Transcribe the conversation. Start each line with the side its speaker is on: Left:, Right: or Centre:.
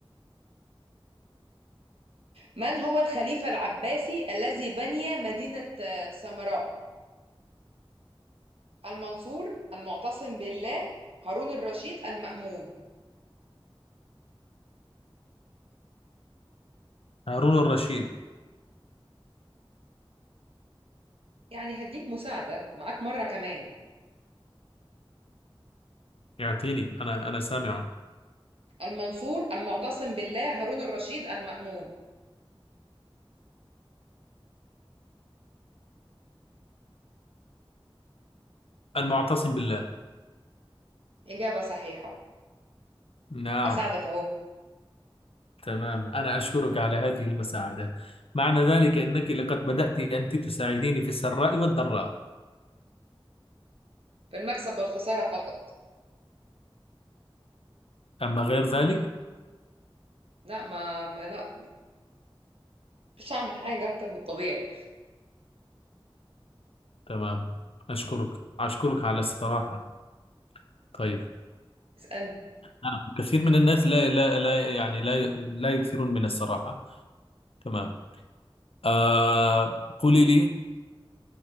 Right: من هو الخليفة العباسي الذي بني مدينة آه، سامراء المنصور المعتصم بالله هارون الرشيد المأمون
Left: هارون الرشيد
Right: يعني هديك مساعدة معاك مرة كمان
Left: يعطيني أنا أنا سامع
Right: المنصور المعتصم بالله هارون الرشيد المأمون
Left: المعتصم بالله
Right: إجابة صحيحة
Left: نعم
Right: بساعدك أهو
Left: تمام أنا أشكرك على هذه المساعدة معنى ذلك أنك لقد بدأت أنت تساعديني في السراء والضراء
Right: في المكسب والخسارة فقط
Left: أما غير ذلك
Right: لا ما, ما لا مش هعمل حاجة أكتر من الطبيعي
Left: تمام أشكرك أشكرك على الصراحة طيب
Right: اسألني
Left: نعم كثير من الناس لا لا لا يعني لا لا يكثرون من الصراحة تمام آه قولي لي